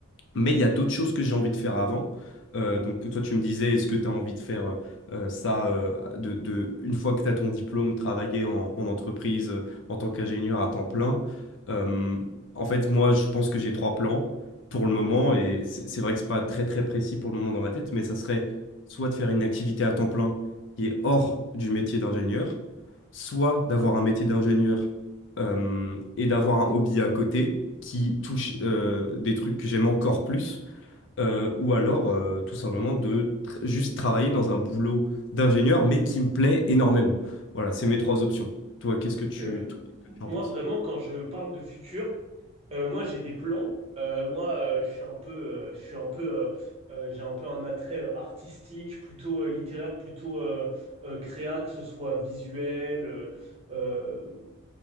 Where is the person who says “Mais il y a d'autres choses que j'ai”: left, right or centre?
Left